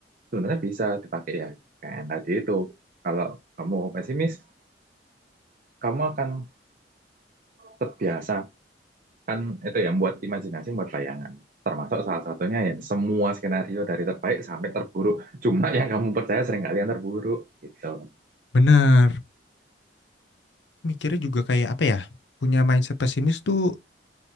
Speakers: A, on the right (about 50°); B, on the left (about 85°).
A: sebenarnya bisa dipakai ya kayak yang tadi itu kalau kamu pesimis kamu akan terbiasa kan itu ya buat imajinasi buat bayangan termasuk salah satunya ya semua skenario dari terbaik sampai terburuk cuma yang kamu percaya seringkali yang terburuk gitu
B: benar. Mikirnya juga kayak apa ya, punya mindset pesimis tuh